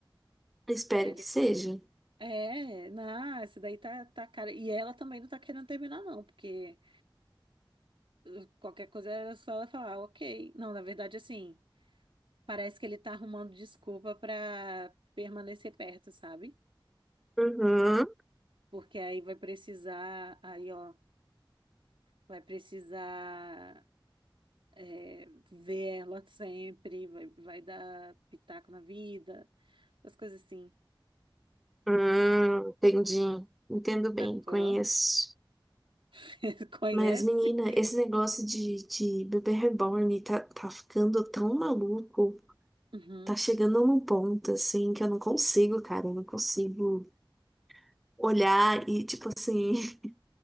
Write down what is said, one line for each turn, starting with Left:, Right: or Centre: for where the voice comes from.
Centre: Espero
Right: Ele
Centre: que seja.
Right: É, não, essa daí tá, tá cara. E ela também não tá querendo terminar, não, porque uh, qualquer coisa era só ela falar, ok. Não, na verdade, assim, parece que ele tá arrumando desculpa pra permanecer perto, sabe?
Centre: Uhum.
Right: Porque aí vai precisar, aí, ó, vai precisar é, ver ela sempre, vai, vai dar pitaco na vida, essas coisas assim,
Centre: Hum, entendi. Entendo bem,
Right: sacou?
Centre: conheço.
Right: <laughs> Conhece?
Centre: Mas, menina, esse negócio de, de bebê reborn tá, tá ficando tão maluco.
Right: Uhum.
Centre: Tá chegando num ponto, assim, que eu não consigo, cara. Eu não consigo. olhar e, tipo assim, <laughs>